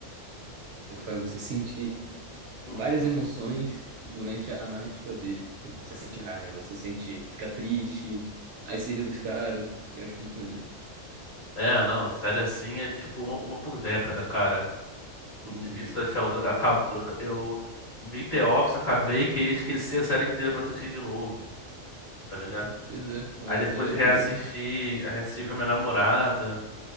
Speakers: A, on the right (about 70°); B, on the left (about 40°).
A: é que faz você sentir
B: Uhum,
A: várias emoções durante a, a narrativa dele. Tipo, Você
B: sim,
A: sente raiva, você sente, fica triste, aí você ri
B: sim.
A: dos caras. Eu acho muito maneiro.
B: É, não, série assim é tipo uma, uma por década, cara. Muito
A: Uhum.
B: difícil tu achar outra. Acabou, eu vi The Office, acabei, queria esquecer a série inteira pra assistir de novo, tá ligado?
A: Pois é, quando
B: Aí
A: a
B: depois
A: série é
B: reassisti,
A: boa, né?
B: reassisti com a minha namorada.